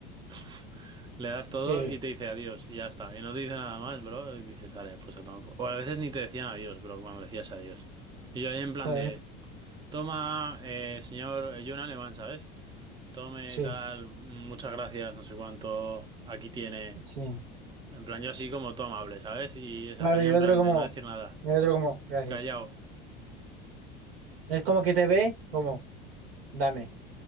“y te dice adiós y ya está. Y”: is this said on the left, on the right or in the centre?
Right